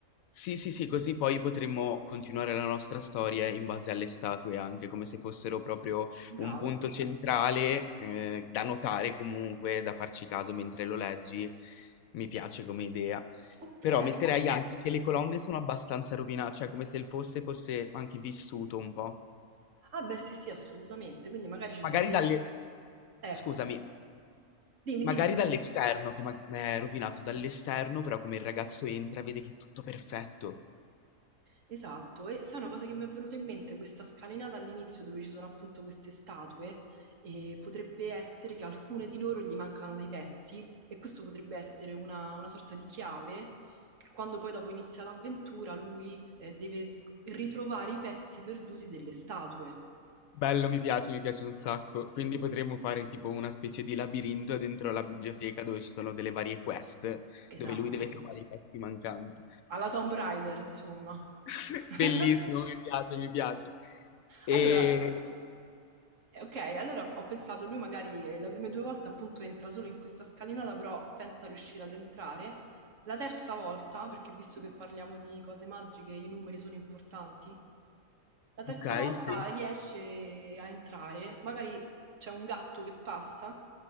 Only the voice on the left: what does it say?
Sì, sì, sì, così poi potremmo continuare la nostra storia in base alle statue anche, come se fossero proprio
un punto centrale, ehm, da notare comunque, da farci caso mentre lo leggi. Mi piace come idea.
Però
metterei anche che le colonne sono abbastanza rovina cioè come se il fosse fosse anche vissuto un po'.
Magari
dalle
scusami,
magari
dall'esterno che ma è rovinato dall'esterno, però come il ragazzo entra vede che è tutto perfetto.
Bello, mi piace, mi piace un sacco. Quindi potremmo fare tipo una specie di labirinto dentro la biblioteca dove ci sono delle varie quest,
dove lui deve trovare i pezzi mancanti.
<laughs>
Bellissimo, mi piace, mi piace. E...
Ok,
sì,